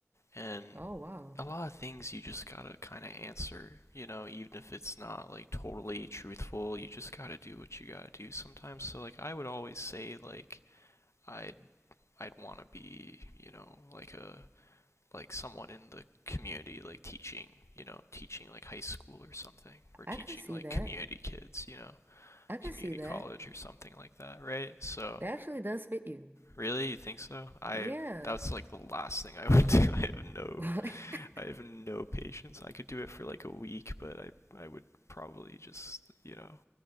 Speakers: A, on the left; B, on the right.
A: And
B: Oh wow.
A: a lot of things you just gotta kind of answer, you know, even if it's not like totally truthful, you just gotta do what you gotta do sometimes. So like I would always say like I'd I'd want to be, you know, like a like someone in the community like teaching, you know, teaching like high school or something or teaching
B: I could see
A: like
B: that.
A: community kids, you know,
B: I could
A: community
B: see that.
A: college or something like that, right? So
B: That actually does fit you.
A: Really? You think so? I
B: Yeah.
A: that's like the last thing I <laughs> would do. I have no
B: <laughs>
A: I have no patience. I could do it for like a week, but I I would probably just, you know,